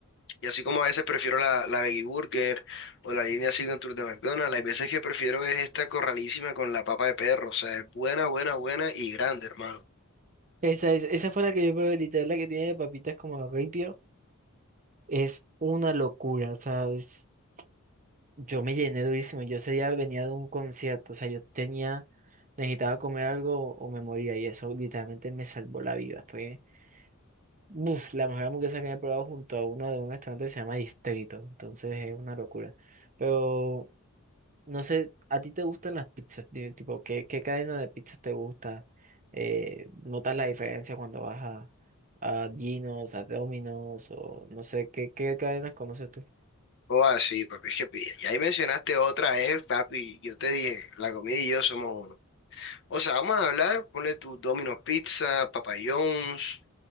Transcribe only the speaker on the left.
y así como a veces prefiero la, la Veggie Burger o la línea Signature de McDonald's, hay veces que prefiero es esta corralísima con la papa de perro. O sea, es buena, buena, buena y grande, hermano.
O así, papi, es que pi- y ahí mencionaste otra, eh, papi. Yo te dije, la comida y yo somos uno. O sea, vamos a hablar, ponle tu Domino's Pizza, Papa John's,